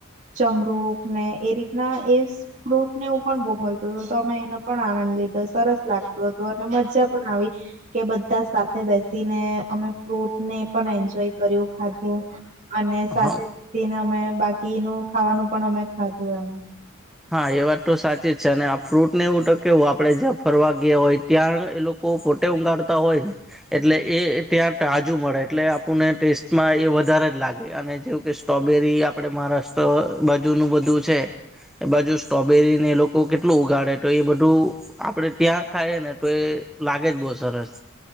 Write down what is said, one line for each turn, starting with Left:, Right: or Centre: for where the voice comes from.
Right: ચમરૂુક ને એ રીત ના એ ફ્રૂટ ને એવું પણ બહુ મળતું હતું તો અમે એનો પણ આનંદ લીધો સરસ લાગતું હતું અને મજા પણ આવી કે બધા સાથે બેસીને અમે ફ્રૂટ ને પણ એન્જોય કર્યું, ખાધું. અને સાથેને
Centre: હા
Right: અમે બાકીનું ખાવાનું પણ અમે ખાધું એમ.
Centre: હા એ વાત તો સાચી જ છે અને આ ફ્રૂટ ને એવું તો કેવું આપડે જ્યાં ફરવા ગયા હોય ત્યાં એ લોકો પોતે ઊંગાળતા હોય ને એટલે એ ત્યાં તાજુ મળે એટલે આપણને ટેસ્ટમાં એ વધારે જ લાગે અને જેવું કે સ્ટ્રોબેરી આપણે મહારાષ્ટ્ર બાજુનું બધું છે. એ બા જો સ્ટોબેરી ને લોક તો કેટલું ઉગાડે તો એ બધું આપડે ત્યાં ખાઈ ને તો એ લાગે જ બહુ સરસ.